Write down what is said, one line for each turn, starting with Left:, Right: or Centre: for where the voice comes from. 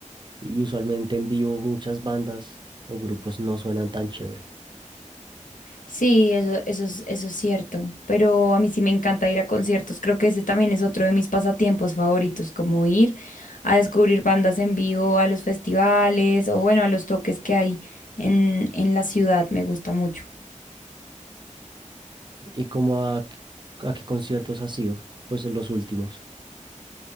Right: y usualmente en vivo muchas bandas o grupos no suenan tan chévere.
Left: Sí, eso, eso es, eso es cierto, pero a mí sí me encanta ir a conciertos, creo que ese también es otro de mis pasatiempos favoritos, como ir a descubrir bandas en vivo, a los festivales o bueno, a los toques que hay en, en la ciudad, me gusta mucho.
Right: ¿Y como a, a qué conciertos has ido? Pues en los últimos.